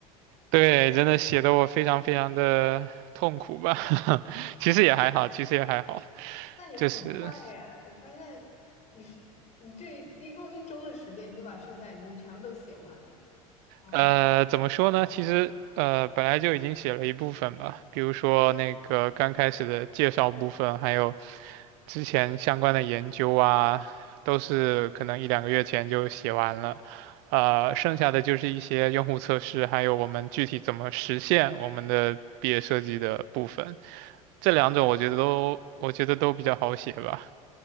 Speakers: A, on the right; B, on the left.
A: 对，真的写的我非常非常的痛苦吧，<laughs> 其实也还好，其实也还好，
B: 那也很快耶！
A: 就是。
B: 我发现你是你这一用一周的时间，你就把剩下已经全部都写完了。嗯。
A: 呃，怎么说呢？其实呃，本来就已经写了一部分吧，比如说那个刚开始的介绍部分，还有之前相关的研究啊，都是可能一两个月前就写完了。呃，剩下的就是一些用户测试，还有我们具体怎么实现我们的毕业设计的部分。这两种我觉得都，我觉得都比较好写吧。